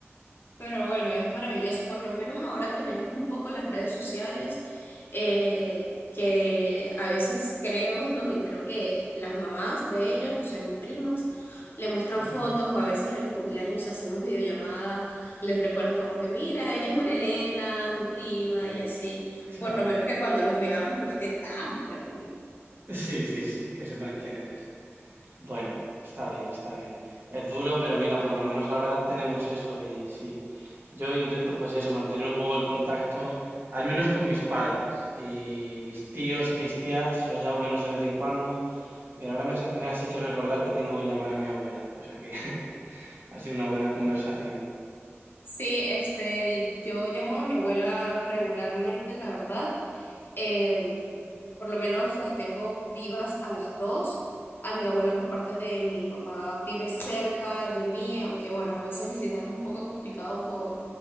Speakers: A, on the left (about 50°); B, on the right (about 50°).
A: Pero bueno, es maravilloso. Por lo menos ahora tenemos un poco las redes sociales eh, que a veces creo, <laughs> creo que las mamás de ellos, o sea, mis primas, le muestran
B: ujú,
A: fotos o a veces en los cumpleaños hacemos videollamada, les recuerdan como que, mira, ella es María Elena, tu prima y así.
B: claro.
A: Por lo menos que cuando nos veamos no esté tan perdido.
B: Sí, sí, sí, que sepan quién eres. Bueno, está bien, está bien. Es duro, pero mira, por lo menos ahora tenemos eso y sí. Yo intento pues eso, mantener un poco el contacto, al menos con mis padres y mis tíos y mis tías, los llamo menos de vez en cuando. Mira, ahora me has, me has hecho recordar que tengo que llamar a mi abuela, o sea que <laughs> ha sido una buena conversación.
A: Sí, este, yo llamo a mi abuela regularmente, la verdad. eh, por lo menos las tengo vivas a las dos. A mi abuela por parte de mi papá vive cerca de mí, aunque bueno, a veces visitarlos es un poco complicado por,